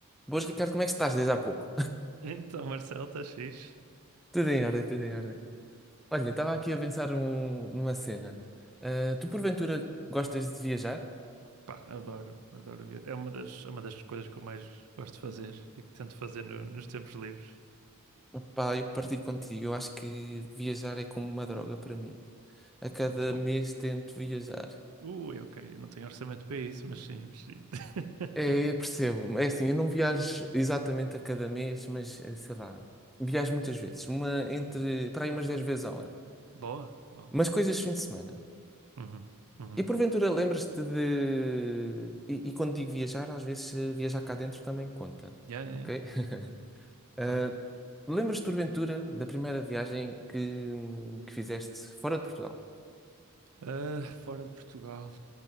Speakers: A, in the centre; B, on the right (about 85°).
A: Boas, Ricardo, como é que estás desde há pouco?
B: Então, Marcelo, está fixe?
A: <laughs> Tudo em ordem, tudo em ordem. Olha, estava aqui a pensar um- numa cena. Ah, tu, porventura, gostas de viajar?
B: Pá, adoro, adoro ver. É uma das, é uma das coisas que eu mais gosto de fazer e que tento fazer no- nos tempos livres.
A: Pá, eu partilho contigo. Eu acho que viajar é como uma droga para mim. A cada
B: É muito bom.
A: mês tento viajar.
B: Ui, ok, eu não tenho orçamento para isso, mas sim, mas sim. <laughs>
A: É, percebo. É assim, eu não viajo exatamente a cada mês, mas eh, sei lá, viajo muitas vezes. Uma entre, para aí umas 10 vezes ao ano.
B: Boa, uau.
A: Mas coisas de fim de semana.
B: Uhum, uhum.
A: E porventura lembras-te de. E, e quando digo viajar, às vezes eh, viajar cá dentro também conta,
B: Yeah, yeah,
A: ok?
B: yeah,
A: <laughs> Ah,
B: claro.
A: lembras-te porventura da primeira viagem que, que fizeste fora de Portugal?
B: Ah, fora de Portugal.